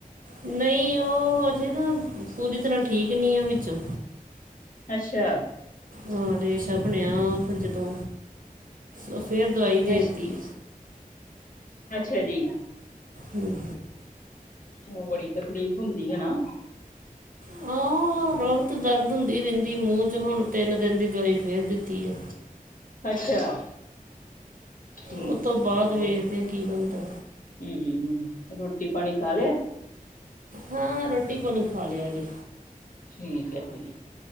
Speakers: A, on the right; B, on the left.
A: ਨਹੀਂ ਉਹ ਹਜੇ ਨਾ ਪੂਰੀ ਤਰ੍ਹਾਂ ਠੀਕ ਨਹੀਂ ਆ ਵਿੱਚੋਂ
B: ਅੱਛਾ।
A: ਹਾਂ ਰੇਸ਼ਾ ਬਣਿਆ ਓਹ ਫਿਰ ਜਦੋਂ ਓਹ ਫੇਰ ਦਵਾਈ ਦੇਤੀ
B: ਅੱਛਾ ਅੱਛਾ ਜੀ।
A: ਹੰ
B: ਉਹ ਬੜੀ ਤਕਲੀਫ਼ ਹੁੰਦੀ ਏ ਨਾ
A: ਹਾਂ ਹਰ ਵਕਤ ਦਰਦ ਹੁੰਦੀ ਰਹਿੰਦੀ ਮੂੰਹ ਚ ਹੁਣ ਤਿੰਨ ਦਿਨ ਦੀ ਦਵਾਈ ਫੇਰ ਦਿੱਤੀ ਐ
B: ਅੱਛਾ। ਠੀਕ
A: ਉਹ ਤੋਂ
B: ਹੈ ਜੀ
A: ਬਾਅਦ
B: ਹੋਰ
A: ਵੇਖਦੇ ਹਾ ਕੀ ਬਨਦਾ
B: ਹੂੰ ਹੂੰ ਰੋਟੀ ਪਾਨੀ ਖਾ ਲਿਆ
A: ਹਾਂ ਹਾਂ ਰੋਟੀ ਪਾਨੀ ਖਾ ਲੇਆ ਜੀ
B: ਠੀਕ ਹੈ ਜੀ,